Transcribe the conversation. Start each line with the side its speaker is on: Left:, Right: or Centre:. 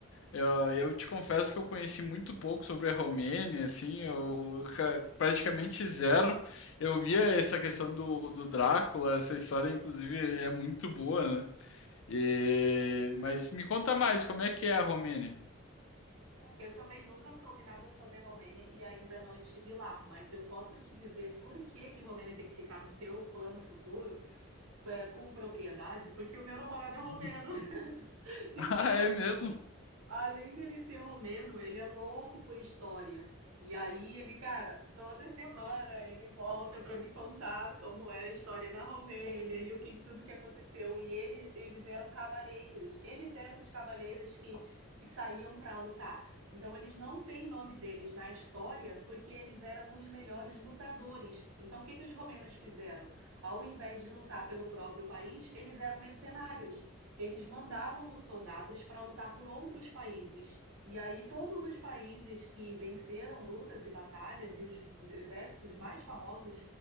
Left: Eu, eu te confesso que eu conheci muito pouco sobre a Romênia, assim, eu ca- praticamente zero. Eu via essa questão do, do Drácula, essa história, inclusive, é muito boa, né? E- mas me conta mais, como é que é a Romênia?
Right: Eu também nunca soube nada sobre a Romênia e ainda não estive lá, mas eu posso te dizer por que que Romênia tem que ficar no teu plano futuro é, com propriedade, porque o meu namorado é
Left: <laughs>
Right: romeno. <laughs> Então,
Left: Ah, é mesmo?
Right: Além dele ser romeno, ele é louco por história. E aí ele, cara, toda semana ele volta para me contar como era a história na Romênia e o que tudo que aconteceu. E ele, eles eram cavaleiros. Eles eram os cavaleiros que, que saíam para lutar. Então eles não têm nome deles na história porque eles eram os melhores lutadores. Então o que que os romenos fizeram? Ao invés de lutar pelo próprio país, eles eram mercenários eles mandavam os soldados para lutar por outros países. E aí todos os países que venceram lutas e batalhas e os exércitos mais famosos